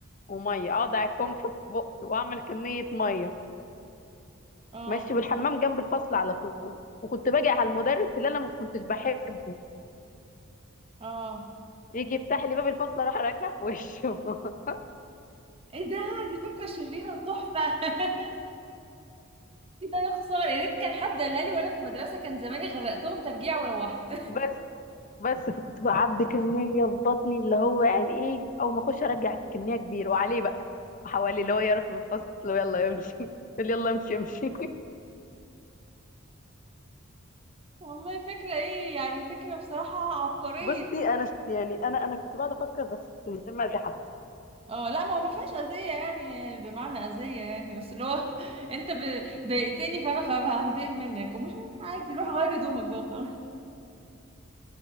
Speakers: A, on the left; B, on the right.
A: وميه اقعد اعكم في بقي واعمل كميه ميه
B: اه
A: ماشي والحمام جنب الفصل على طول وكنت باجي على المدرس اللي انا ما كنتش بحبه
B: اه
A: يجي يفتح لي باب الفصل اروح ارجع في وشه <laughs>
B: ايه ده دي فكره شريره وتحفه <laughs> ايه ده يا خساره يا ريت كان حد قالها لي وانا في المدرسه كان زماني غرقتهم ترجيع وروحت
A: بس بس فكنت بعبي كميه في بطني اللي هو يعني ايه او ما اخش ارجع كميه كبيره وعليه بقى حواليه اللي هو يعرف من الفصل ويلا يمشي <laughs> يقول يلا امشي امشي
B: والله فكرة ايه يعني فكرة بصراحة عبقرية
A: <laughs> بصي انا ش- يعني انا انا كنت بقعد افكر بس من غير ما اذي حد
B: اه لا ما هو ما فيهاش اذية يعني بمعنى اذية يعني بس اللي هو <laughs> انت ب- ضايقتني فانا خ- هندم منك ومش عادي روح غير هدومك بقى خلاص